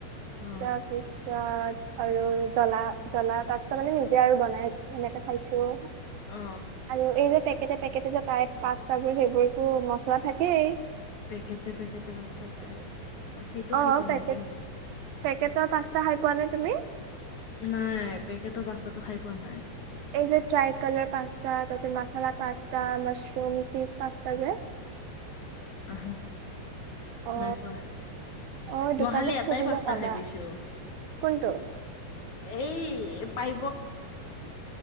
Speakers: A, on the left; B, on the right.
A: অ
B: তাৰপিছত আৰু জ্বলা জ্বলা তচ মানে নিজে আৰু বনাই সেনেকে খাইছো।
A: অ
B: আৰু এই যে টা পেকেটে যে তায় পাস্তাবোৰ সেইবোৰতো মচলা থাকেই
A: পেকেতে পেকেতে মস্ত পায় সেইটো
B: অ
A: খাই পোৱা
B: পেকেট
A: নাই যে মই
B: পেকেটৰ পাস্তা খাই পোৱা নে তুমি?
A: নাই পেকেটৰ পাস্তাতটো খাই পোৱা নাই
B: এই যে ট্ৰাই কালাৰ পাস্তা তাৰছত masala pasta mushroom cheese pasta যে
A: আহা
B: অ
A: নাই পোৱা।
B: অ
A: মই
B: দোকানত
A: খালি এটাই
B: খুজিবা
A: পাস্তা
B: পাবা
A: খাই পিছো
B: কোনটো?
A: এই পাই